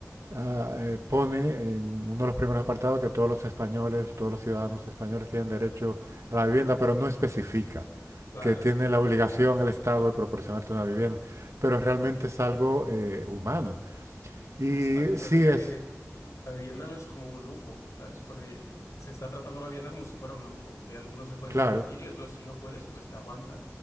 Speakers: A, on the right; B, on the left.
A: ah, eh, pone en uno de los primeros apartados que todos los españoles, todos los ciudadanos españoles tienen derecho a la vivienda, pero no especifica
B: Claro,
A: que tiene la obligación el Estado de proporcionarte una vivienda, pero realmente es algo eh, humano. Y
B: exacto.
A: sí
B: Es que
A: es,
B: la vivienda no es como un lujo, ¿sabes? Porque se está tratando la vivienda como si fuera un lujo, que algunos se pueden
A: claro,
B: permitir y otros si no puedes, pues te aguantas.